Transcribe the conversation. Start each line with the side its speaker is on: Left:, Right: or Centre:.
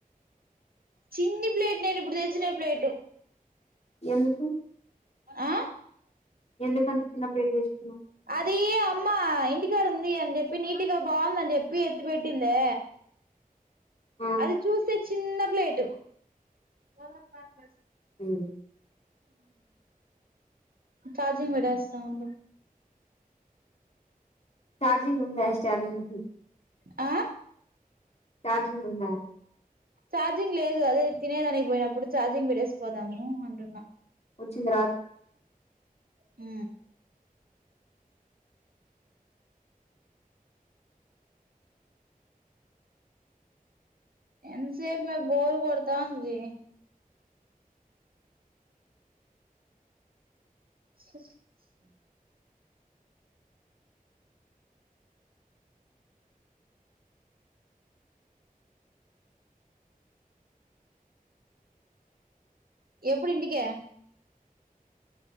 Right: చిన్ని ప్లేట్ నేను ఇప్పుడు తెచ్చిన ప్లేట్
Left: ఎందుకు
Right: ఆ
Left: ఎందుకంత చిన్న పేరు తెచ్చుకున్నావు
Right: అద్ది అమ్మా ఇంటి బాగుంది ఉంది అని చెప్పి నీట్ గా బాగుంది అని చెప్పి ఎత్తి పెెట్టిందే
Left: ఆ
Right: అది చూసే చిన్న ప్లేట్ ప్లేట్
Left: హా
Right: చార్జింగ్ పెడతా ఉండు
Left: చార్జింగ్ ఉందా చార్జింగ్
Right: ఆ
Left: చార్జింగ్ ఉందా
Right: చఛార్జింగ్ లేదు అదే తినేద అనిపోయినప్పుడు ఛార్జింగ్ పడేసి పోదాము అంటున్నా
Left: వచ్చింది ర
Right: హ ఎంత సేపు బోర్ కొతాది స ఎప్పుడుంటిక